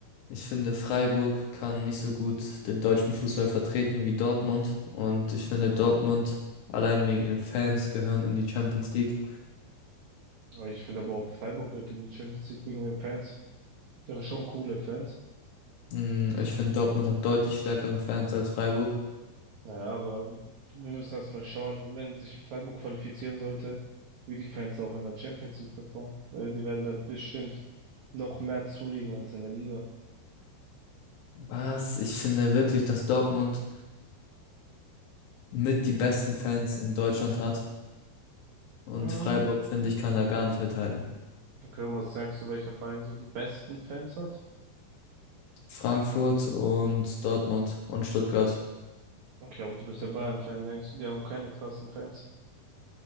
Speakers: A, on the left (about 85°); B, on the right (about 80°).
A: ich finde, Freiburg kann nicht so gut den deutschen Fußball vertreten wie Dortmund. Und ich finde, Dortmund allein wegen ihren Fans gehören in die Champions League.
B: Aber ich finde aber auch Freiburg gehört in die Champions League wegen den Fans. Die haben schon coole Fans.
A: Mm, Ich finde, Dortmund hat deutlich stärkere Fans als Freiburg.
B: Naja, aber wir müssen erstmal schauen, wenn sich Freiburg qualifizieren sollte, wie die Fans auch in der Champions League performen. Weil die werden da bestimmt noch mehr zulegen als in der Liga.
A: Was? Ich finde wirklich, dass Dortmund mit die besten Fans in Deutschland hat. Und
B: Mhm.
A: Freiburg, finde ich, kann da gar nicht mithalten.
B: Okay, und was denkst du, welcher Verein so die besten Fans hat?
A: Frankfurt und Dortmund und Stuttgart.
B: Okay, aber du bist ja Bayern-Fan, denkst du, die haben keine krassen Fans?